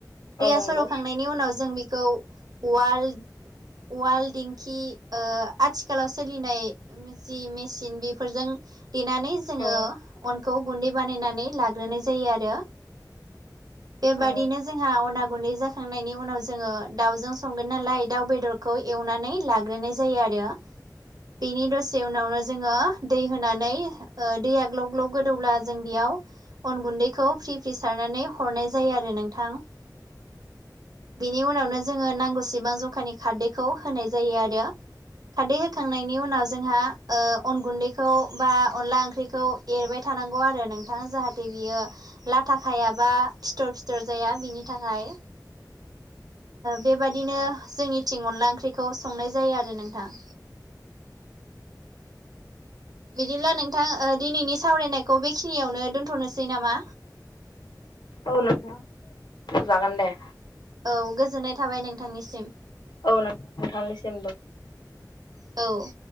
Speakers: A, on the right (about 60°); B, on the left (about 85°).
A: दैया
B: औ नंगौ
A: सर'खांनायनि उनाव जों बेखौ उवाल उवाल दिेंखि ओ आथिखालाव सोलिनाय जि मेसिन बेफोरजों देनानै जोङो
B: औ
A: अनखौ गुन्दै बानायनानै लाग्रोनाय जायो आरो बेबादिनो
B: औ
A: जोंहा अना गुन्दै जा खांनायनि उनाव जोङो दाउजों संगोन नालाय दाउ बेदरखौ एवनानै लाग्रोनाय जायो आरो बेनि दसे उनावनो जोङो दै होना नै ओ दैया ग्लब ग्लब गोदौब्ला जों बेयाव अन गुन्दैखौ फ्रि फ्रि सारनानै हरनाय जायो आरो नोंथां बिनि उनावनो जोङो नांगौसेबां जंखानि खारदैखौ होनाय जायो आरो खारदै होखांनायनि उनाव जोंहा ओ अन गुन्दैखौ बा अनला ओंख्रिखौ एरबाय थानांगौ आरो नोंथाङा जाहाथे बियो लाथा खायाबा फिथर फिथर जाया बिनि थाखाय बेबादिनो जोंनि थिं अनला ओंख्रिखौ संनाय जायो आरो नोंथां बिदिब्ला नोंथां दिनैनि सावरायनायखौ बेखिनियावनो दोन्थ'नोसै नामा
B: औ नोंथां दोनथ' जागोन दे
A: औ गोजोननाय थाबाय नोंथांनिसिम
B: औ नोंथां नोंथांनिसिमबो
A: औ